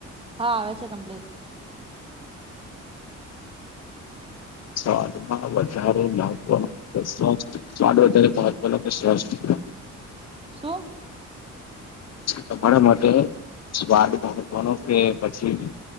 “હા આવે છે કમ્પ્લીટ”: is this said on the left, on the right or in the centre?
Right